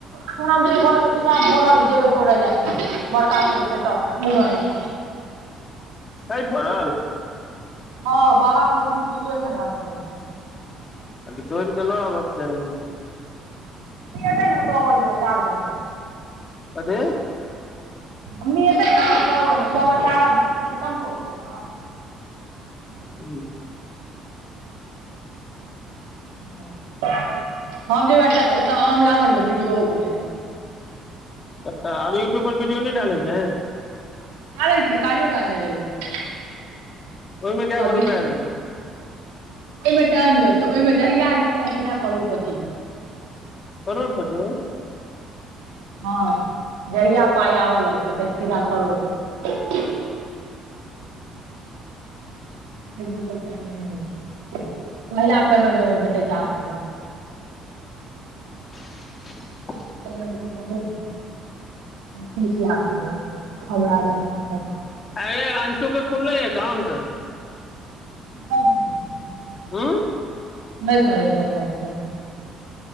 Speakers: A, on the right; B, on the left.
A: सुनलियै घर के पीछामे फड़ल छै जेबै तोड़ैय ले बड़का सब एतै तऽ मूरन मे
B: छै फड़ल
A: हँ बाबा कहलखिन कि एक हजार फड़ल छै।
B: ओइके तोरि कऽ लऽ आबक चाही ने तऽ
A: ने सो बनब तोहर बेकार बनैला
B: कथी
A: मम्मी एतै न तब अनबै सब अचार आब खतम भऽ गेलै न
B: हूँ
A: बरसा हम जेबै आचा ओतऽ आम लाबऽ न तऽ बीडियोओ बनेबै
B: त तऽ आब यूट्यूब पर वीडियो नहि डालै छें
A: डालै छिये काइलो डालने रहियै
B: ओहिमे के
A: सब्जी
B: गो रुपैया अलो
A: ओहिमे टाइम लगतै ओहिमे जहिया एततै सीधा करोड़पति
B: करोड़पति
A: हँ जहिया पाइ आबऽ लगतै तै सीधा करोड़ पति एक दू स रुपैया एहमे नइ अतौ पहिला पेमेंट ओहिमे भेटै छै आठ हजार
B: <inaudible>
A: <unintelligible> बहुत तीस लाख ग हमर स अखन तक
B: अरे अंशु के खुलले एकाउंट
A: <unintelligible>
B: हू
A: नहि करै छै आब हमरा फोन